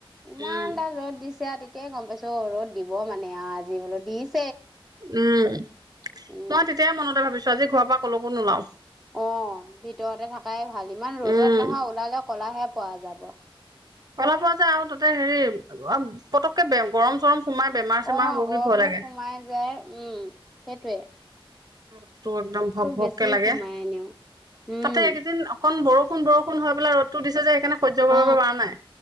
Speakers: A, in the centre; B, on the right (about 40°).
A: ইমান
B: উম
A: দাল ৰ'দ দিছ তেতিয়াই গম পাইছো অ', ৰ'দ দিব মানে আৰু আজি বোলো দিছ
B: উম,
A: উম
B: মই তেতিয়াই মনতে ভাবিছো আজি ঘৰৰ পৰা কলৈকো নোলাও
A: অ', ভিতৰতে থাকাই ভাল ইমান ৰ'দত
B: উম
A: নহয়, ওলালে ক'লাহে পোৱা যাব।
B: ক'লা পৰা যায় আৰু তাতে হেৰি আ পটককে বে গৰম চৰম সোমাই বেমাৰ চেমাৰ
A: অ',
B: হ'ব বুলি
A: গৰমো
B: ভয় লাগে
A: সোমাই যায় উম, সেইটোয়ে।
B: ৰ'দটো একদম ভক ভককে
A: বেছি
B: লাগে।
A: সোমাই এনেও উম
B: তাতে এইকেইদিন অ কণ বৰষুণ, বৰষুণ হৈ পেলাই ৰ'দটো দিছে যে সেইকাৰণে সহ্য কৰিব
A: অ
B: পৰা নাই